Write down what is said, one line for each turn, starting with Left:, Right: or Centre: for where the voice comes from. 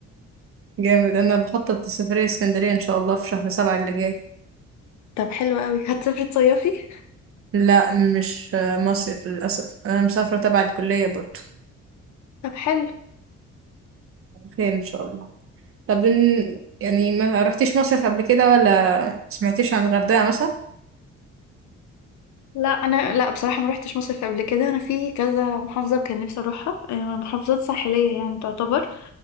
Right: جامد انا بخطط لسفرية اسكندرية ان شاء الله في شهر سبعة اللي جاي
Left: طب حلو قوي هتسافري تصيفي
Right: لا مش مصيف للأسف أنا مسافرة تبع الكلية برضو
Left: طب حلو
Right: خير إن شاء الله طب إن- يعني ما رحتيش مصيف قبل كده ولا سمعتيش عن الغردقة مثلا
Left: لا انا لا بصراحه ما روحتش مصيف قبل كده انا في كذا محافظه كان نفسي اروحها آه، محافظات ساحليه يعني تعتبر